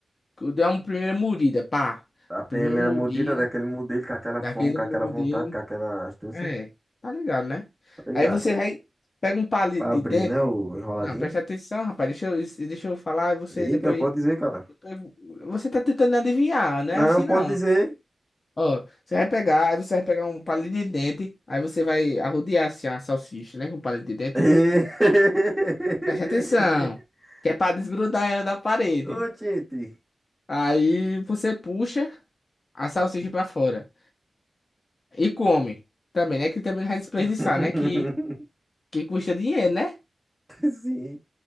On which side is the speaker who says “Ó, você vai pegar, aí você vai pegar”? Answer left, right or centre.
Left